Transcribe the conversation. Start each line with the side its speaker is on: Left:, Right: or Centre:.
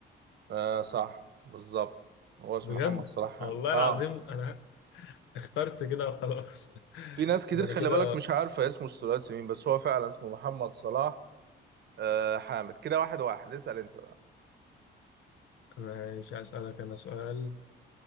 Right: أه صح بالظبط هو اسمه
Left: بجد
Right: محمد صلاح حامد
Left: والله
Right: اه
Left: العظيم أنا اخترت كده وخلاص <laughs>
Right: في ناس كتير
Left: ده أنا
Right: خلي
Left: كده
Right: بالك مش عارفة اسمه الثلاثي مين بس هو فعلا اسمه محمد صلاح أه حامد كده واحد واحد اسأل انت بقى
Left: ماشي أسألك أنا سؤال